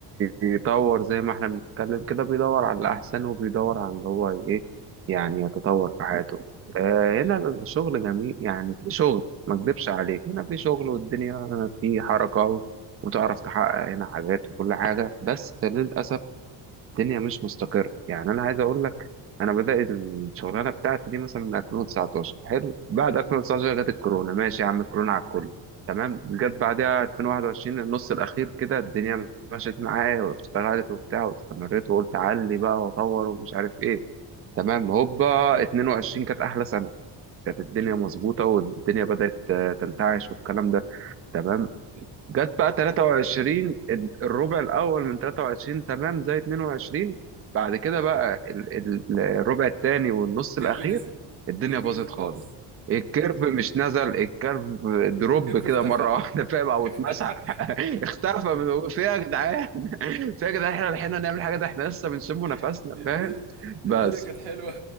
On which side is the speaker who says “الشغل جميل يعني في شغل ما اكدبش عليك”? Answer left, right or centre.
Right